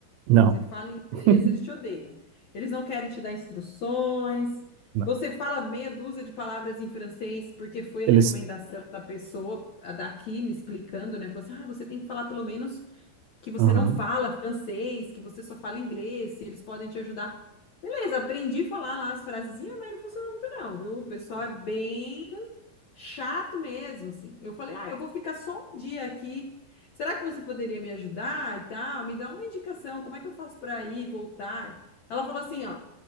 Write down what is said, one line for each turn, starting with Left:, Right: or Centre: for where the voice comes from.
Right: Não.
Left: Você fala inglês,
Right: <laughs>
Left: eles te odeiam. Eles não querem te dar instruções.
Right: Não.
Left: Você fala meia dúzia de palavras em francês porque foi
Right: Eles.
Left: a recomendação da pessoa a daqui me explicando, né? Falou assim, ah, você tem que falar pelo menos que você
Right: Aham.
Left: não fala francês, que você só fala inglês, se eles podem te ajudar. Beleza, aprendi a falar lá as frasezinhas, mas não funcionou muito não, viu? O pessoal é bem chato mesmo, assim. Eu falei, ah, eu vou ficar só um dia aqui. Será que você poderia me ajudar e tal? Me dá uma indicação, como é que eu faço para ir, voltar? Ela falou assim, ó,